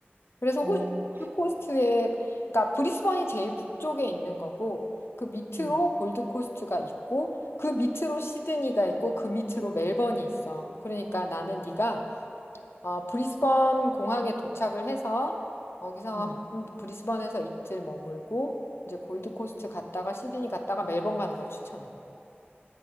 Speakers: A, on the left; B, on the right.
A: 그래서
B: 어,
A: 호주 골드코스트에, 그러니까 브리스번이 제일 북쪽에 있는 거고, 그 밑으로
B: 응,
A: 골드코스트가 있고, 그 밑으로 시드니가 있고, 그 밑으로 멜번이 있어. 그러니까 나는 네가 어, 브리스번 공항에 도착을 해서 거기서
B: 응.
A: 한- 브리스번에서 이틀 머물고, 이제 골드코스트 갔다가 시드니 갔다가 멜번 가는 걸 추천해.